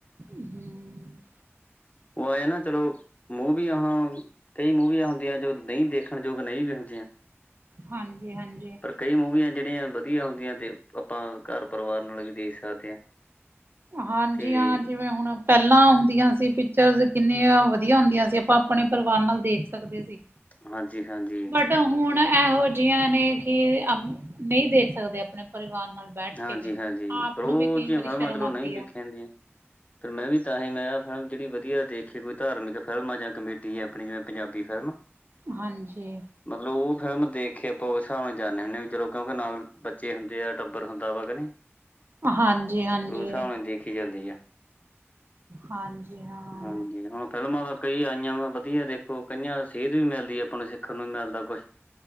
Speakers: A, on the right (about 50°); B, on the left (about 30°).
A: ਹੂੰ।
B: ਉਹ ਆਏ ਨਾ ਚਲੋ, ਮੂਵੀਆਂ ਹੁਣ, ਕਈ ਮੂਵੀਆਂ ਹੁੰਦੀਆਂ ਜੋ ਨਹੀਂ ਦੇਖਣ ਯੋਗ ਨਹੀਂ ਵੀ ਹੁੰਦੀਆਂ।
A: ਹਾਂਜੀ- ਹਾਂਜੀ।
B: ਪਰ ਕਈ ਮੂਵੀਆਂ ਜਿਹੜੀਆਂ ਵਧੀਆ ਹੁੰਦੀਆਂ ਤੇ ਆਪਾਂ ਘਰ ਪਰਿਵਾਰ ਨਾਲ ਵੀ ਦੇਖ ਸਕਦੇ ਹਾਂ।
A: ਹਾਂਜੀ-
B: ਤੇ
A: ਹਾਂਜੀ ਜਿਵੇਂ ਹੁਣ, ਪਹਿਲਾਂ ਹੁੰਦੀਆਂ ਸੀ ਪਿਕਚਰਸ ਕਿੰਨੀਆਂ ਵਧੀਆ ਹੁੰਦੀਆਂ ਸੀ ਆਪਾਂ ਆਪਣੇ ਪਰਿਵਾਰ ਨਾਲ ਦੇਖ ਸਕਦੇ - ਸੀ।
B: ਹਾਂਜੀ- ਹਾਂਜੀ।
A: ਤੇ ਹੁਣ ਇਹੋ ਜਿਹੀਆਂ ਨੇ ਕਿ ਆ ਨਹੀਂ ਦੇਖ ਸਕਦੇ ਆਪਣੇ ਪਰਿਵਾਰ ਨਾਲ। ਬੈਠ
B: ਹਾਂਜੀ-
A: ਕੇ ਵੀ
B: ਹਾਂਜੀ
A: ਆਪ
B: ਰੋਜ਼ਇਆਂ
A: ਨੂੰ ਵੀ ਕਈ ਵਾਰੀ
B: ਫਿਲਮਾਂ
A: ਸ਼ਰਮ
B: ਚਲੋ
A: ਆਉਂਦੀ
B: ਨਹੀਂ ਦੇਖੀਆਂ
A: ਹੈ।
B: ਜਾਂਦੀਆਂ। ਫੇਰ ਮੈਂ ਵੀ ਤਾਂ ਹੀ ਮੈਂ ਫਿਲਮ ਜਿਹੜੀ ਵਧੀਆ ਦੇਖੀ ਕੋਈ ਧਾਰਮਿਕ ਫਿਲਮ ਆ ਜਾਂ ਕਮੇਡੀ ਏ ਆਪਣੀ ਜਿਵੇਂ ਪੰਜਾਬੀ ਫਿਲਮ।
A: ਹਾਂਜੀ।
B: ਮਤਲਬ ਉਹ ਫਿਲਮ ਦੇਖ ਕੇ ਆਪਾਂ ਉਸ ਹਿਸਾਬ ਨਾਲ ਜਾਂਦੇ ਹੁੰਦੇ ਹਾਂ ਵੀ ਜਦੋ ਕਿਉਂਕਿ ਨਾਲ ਬੱਚੇ ਹੁੰਦੇ ਆ। ਟੱਬਰ ਹੁੰਦਾ ਵਾ ਕਿ ਨਹੀਂ, ਫੇ
A: ਹਾਂਜੀ, ਹਾਂਜੀ,
B: ੳਸ ਹਿਸਾਬ ਨਾਲ ਦੇਖੀ ਜਾਂਦੀ ਆ
A: ਹਾਂਜੀ ਹਾਂ।
B: ਹਾਂਜੀ ਹੁ- ਫਿਲਮਾਂ ਤਾਂ ਕਈ ਆਈਆਂ ਵਾ ਵਧੀਆ ਦੇਖੋ ਕਈਆਂ ਸੇਧ ਵੀ ਮਿਲਦੀ ਆਪਾਂ ਨੂੰ ਸਿੱਖਣ ਨੂੰ ਮਿਲਦਾ ਕੁਛ।